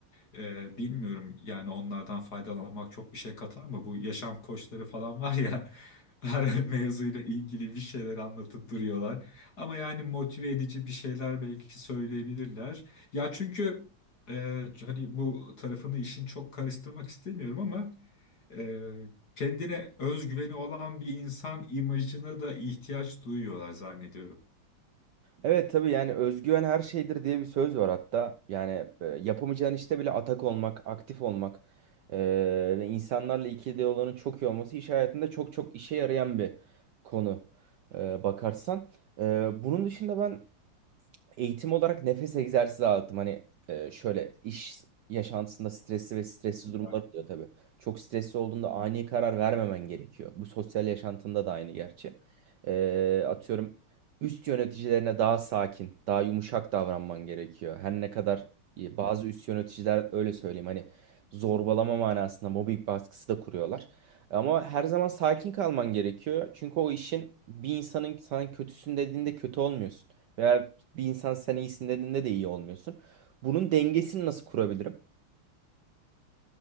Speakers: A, on the left (about 45°); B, on the right (about 70°).
A: e, bilmiyorum yani onlardan faydalanmak çok bir şey katar mı? Bu yaşam koçları falan var ya. <laughs> Her mevzuyla ilgili bir şeyler anlatıp duruyorlar. Ama yani motive edici bir şeyler belki söyleyebilirler. Ya çünkü e, hani bu tarafını işin çok karıştırmak istemiyorum ama e, kendine özgüveni olan bir insan imajına da ihtiyaç duyuyorlar zannediyorum.
B: Evet tabii yani özgüven her şeydir diye bir söz var hatta. Yani e, yapamayacağın işte bile atak olmak, aktif olmak e, ve insanlarla ikili olanın çok iyi olması iş hayatında çok çok işe yarayan bir konu e, bakarsan. E, bunun dışında ben eğitim olarak nefes egzersizi aldım. Hani e, şöyle iş yaşantısında stresli ve stressiz
A: Ya-
B: durumlar oluyor tabii. Çok stresli olduğunda ani karar vermemen gerekiyor. Bu sosyal yaşantında da aynı gerçi. E, atıyorum üst yöneticilerine daha sakin, daha yumuşak davranman gerekiyor. Her ne kadar e, bazı üst yöneticiler öyle söyleyeyim hani zorbalama manasında mobbing baskısı da kuruyorlar. Ama her zaman sakin kalman gerekiyor. Çünkü o işin bir insanın sana kötüsün dediğinde kötü olmuyorsun. veya bir insan sen iyisin dediğinde de iyi olmuyorsun. Bunun dengesini nasıl kurabilirim?